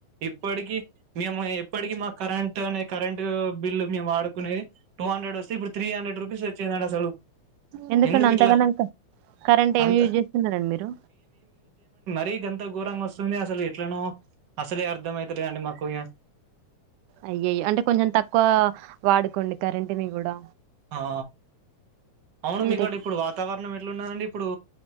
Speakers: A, on the right; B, on the right.
A: ఇప్పటికి మేము ఎ ఇప్పటికి మా కరెంట్ నే కరెంట్ బిల్లు మేము వాడుకునేది టూ హండ్రెడ్ వస్తే ఇప్పుడు త్రీ హండ్రెడ్ రూపీస్ వచ్చిందండి అసలు
B: ఎందుకండి
A: ఎందుకు
B: అంతగానంక
A: ఇట్లా
B: కరెంట్ ఏమ్
A: అంత
B: యూజ్ చేస్తున్నారండి మీరు
A: రీగంత ఘోరంగా అస్తుంది అసలు ఎట్లనో అసలే అర్దం అయితలేదండి మాకు ఇంగ
B: అయ్యయ్యో అంటే కొంచెం తక్కువ వాడుకోండి కరెంటిని కూడా
A: ఆ అవును
B: అంటే
A: మీకాడ ఇప్పుడు వాతావరణం ఎట్లున్నదండి ఇప్పుడు